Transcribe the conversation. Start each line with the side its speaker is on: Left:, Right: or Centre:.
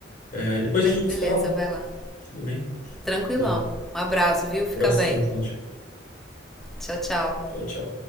Left: É, depois a gente
Centre: beleza,
Left: se fala,
Centre: vai lá.
Left: tudo bem?
Centre: Tranquilão.
Left: É,
Centre: Um abraço, viu? Fica
Left: abração,
Centre: bem.
Left: Cláudio.
Centre: Tchau, tchau.
Left: Tchau, tchau.